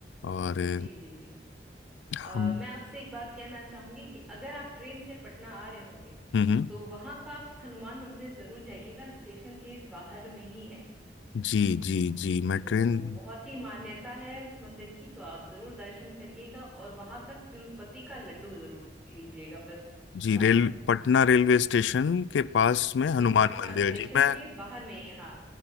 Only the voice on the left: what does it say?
और अ,
हम
हम्म हम्म,
जी जी जी मैं
ट्रेन
जी रेल
पटना रेलवे स्टेशन के पास में हनुमान
मंदिर
जी मैं